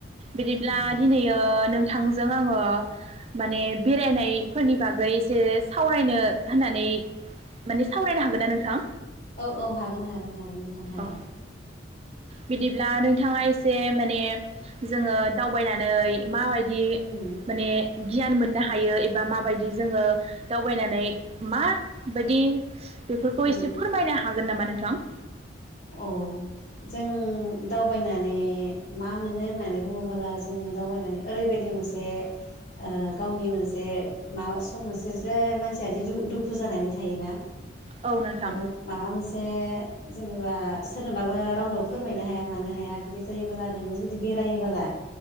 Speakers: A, on the right (about 35°); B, on the left (about 45°).
A: बिदिब्ला
B: उम
A: दिनैयो ओ नों थांजों आङो माने बेरायनायफोरनि बाग फ्राय एसे सावरायनो होननानै माने सावरायनो हागोन ना नोंथां?
B: औ औ हागोन हागोन हागोन नोंथां हागोन।
A: औ बिदिब्ला नोंथाङा एसे माने जोङो दावबायनानै माबायदि
B: उम
A: माने गियान मोननो हायो एबा माबायदि जोङो दावबायनानै मा बादि बेफोरखौ
B: उम
A: एसे फोरमायनो हाग हागोन नामा नोंथां?
B: औ जों दावबायनानै मा मोनो होननानै बुङोबोला जोङो दावबायनानै ओरैबायदि मोनसे ओ गावनि मोनसे माबा सम मोनसे जे मानसिया जि दुखु जानानै थायोना
A: औ नोंथां
B: माबा माबा मोनसे जेनेबा सोरनोबाबो रावनो फोरमायनो हाया मानो हाया बिदि जायोबोब्ला नोङो जुदि बेरायोबोला